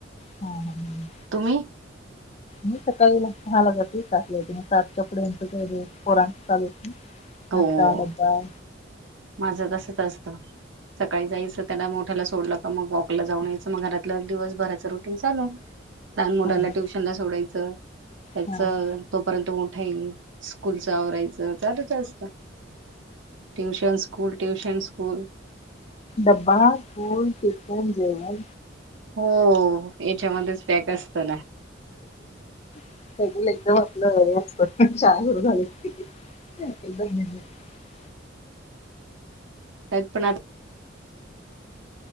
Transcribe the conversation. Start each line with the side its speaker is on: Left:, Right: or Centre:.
Left: हां, हां, हां.
Right: तुम्ही?
Left: मी सकाळीला सहाला जाते सात ला येते मग सात च्या पुढ ह्यांच सगळं पोरांचं चालू.
Right: हो
Left: आता डबा
Right: माझं तसच असतं सकाळी जायचं त्याला मोठ्याला सोडल. मग वॉकला जाऊन यायचं मग घरातलं दिवसभराच रुटीन चालू लहान मुलाला
Left: हां, हां,
Right: ट्युशन ला सोडायचं. त्याच
Left: हां.
Right: तोपर्यंत मोठा येईल स्कूलचं आवरायचं चालूच असतं. ट्यूशन स्कूल ट्यूशन स्कूल
Left: डबा फूल टिफीन ते जेवन.
Right: हो याच्या मध्येच पॅक असत ना.
Left: <inaudible> एकदम आपलं हे असत <unintelligible>
Right: <inaudible> त्यात पण आता.